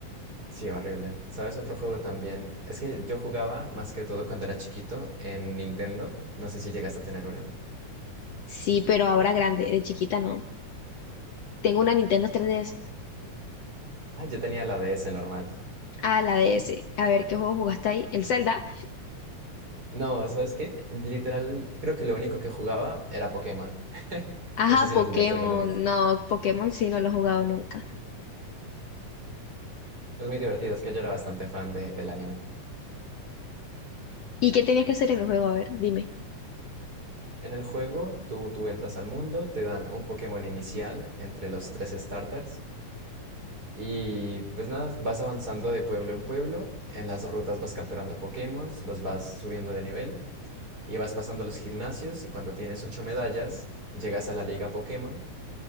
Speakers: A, on the right; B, on the left.
A: Sí, horrible. ¿Sabes otro juego también? Es que yo jugaba más que todo cuando era chiquito en Nintendo. No sé si llegaste a tener una.
B: Sí, pero ahora grande, de chiquita, ¿no? Tengo una Nintendo 3DS.
A: Ah, yo tenía la DS normal.
B: Ah, la DS. A ver, ¿qué juego jugaste ahí? ¿El Zelda?
A: No, ¿sabes qué? Literal, creo que lo único que jugaba era Pokémon. <laughs>
B: Ajá,
A: No sé si
B: Pokémon.
A: lo jugaste alguna vez.
B: No, Pokémon sí no lo he jugado nunca.
A: Es muy divertido, es que yo era bastante fan de- del anime.
B: ¿Y qué tenías que hacer en el juego? A ver, dime.
A: En el juego, tú, tú entras al mundo, te dan un Pokémon inicial entre los tres starters Y pues nada, vas avanzando de pueblo en pueblo, en las rutas vas capturando Pokémon, los vas subiendo de nivel y vas pasando los gimnasios y cuando tienes ocho medallas, llegas a la Liga Pokémon